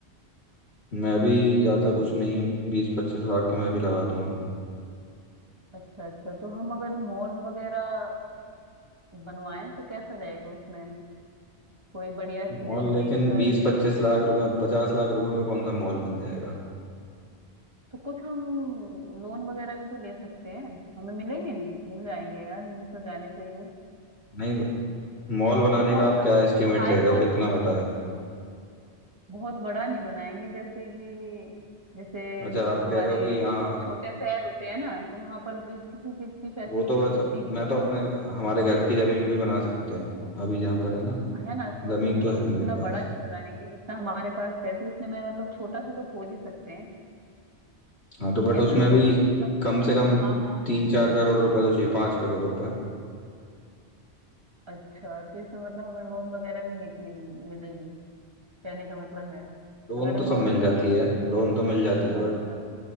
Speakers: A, on the left; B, on the right.
A: मैं भी ज़्यादा कुछ नहीं बीस पच्चीस लाख तो मैं भी लगा दूंगा
B: अच्छा अच्छा तो हम अगर मॉल वगैरह बनवाएं तो कैसा रहेगा उसमें कोई बढ़िया सी
A: मॉल
B: जगह
A: लेकिन
B: देखकर
A: बीस पच्चीस लाख रुपए पचास लाख रुपए में कौन सा मॉल बन जाएगा
B: तो कुछ हम लोन वगैरह भी तो ले सकते हैं हमें मिलेंगे नहीं मिल जाएंगे यार मिल तो जाने चाहिए
A: नहीं मॉल बनाने
B: बहुत
A: का आप क्या एस्टिमेट
B: हाई
A: ले रहे
B: क्वालिटी
A: हो कितना होता
B: मतलब
A: है
B: बहुत बड़ा नहीं बनाएंगे जैसे कि जैसे
A: अच्छा आप
B: हमारे
A: कह रहे हो कि हाँ
B: छोटे शहर होते हैं ना तो वहां पर भी किसी चीज की फैसिलिटीज
A: वो तो बस
B: होती
A: अब
B: नहीं
A: मैं
B: है
A: तो अपने हमारे घर की जमीन पे ही बना सकते हैं अभी जहाँ पर है ना
B: है ना तो
A: जमीन
B: वो
A: तो
B: हम
A: है
B: इतना
A: मेरे पास
B: बड़ा नहीं बनाएंगे जितना हमारे पास है तो इसमें मैं मतलब छोटा सा तो खोल ही सकते हैं
A: हाँ तो बट
B: ऐसा
A: उसमें
B: नहीं
A: भी
B: है कि मतलब
A: कम से कम
B: हाँ हाँ
A: तीन चार करोड़ रुपए तो चाहिए पाँच करोड़ रुपए
B: अच्छा तो इसमें मतलब हमें लोन वगैरह भी नहीं इतनी मिल, मिलेगी कहने का मतलब है
A: लोन
B: अगर
A: तो
B: हम
A: सब
B: लोन
A: मिल
B: के
A: जाती
B: लिए भी
A: है लोन तो मिल जाती है
B: अच्छा
A: बट